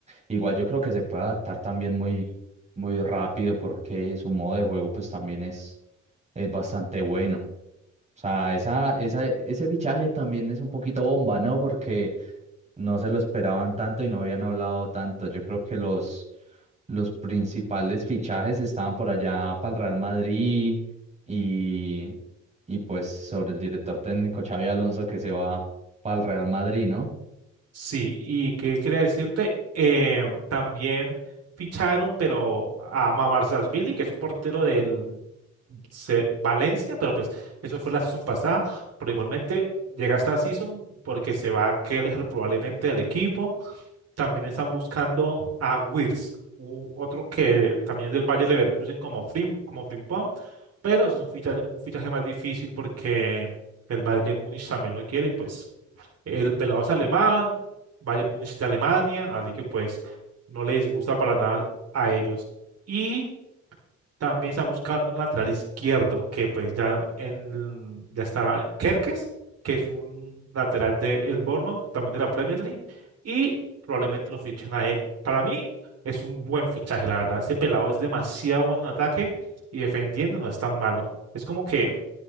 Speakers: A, on the right (about 20°); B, on the right (about 55°).
A: Igual yo creo que se puede adaptar también muy, muy rápido porque su modo de juego pues también es, es bastante bueno. O sea, esa, esa, ese fichaje también es un poquito bomba, ¿no? Porque no se lo esperaban tanto y no habían hablado tanto. Yo creo que los, los principales fichajes estaban por allá para el Real Madrid y, y pues sobre el director técnico Xavi Alonso que se va para el Real Madrid, ¿no?
B: Sí, y qué quería decirte, Eh, también ficharon, pero a Billy, que es un portero del se- Valencia, pero pues eso fue la season pasada, pero igualmente llega esta season porque se va a Keller probablemente del equipo. También están buscando a Wirtz, u- otro que también es del Bayer Leverkusen como Frim, como Frimpong, pero ese es un fichaje, un fichaje más difícil porque el Bayern Múnich también lo quiere y pues el pelado es alemán, Bayern Múnich de Alemania, así que pues no les gusta para nada a ellos. Y también está buscando un lateral izquierdo, que pues ya, en, ya está Kerkes, que es un lateral de el Bournemouth, también de la Premier League, y probablemente lo fichen a él. Para mí es un buen fichaje, la verdad. Ese pelado es demasiado bueno en ataque y defendiendo no es tan malo. Es como que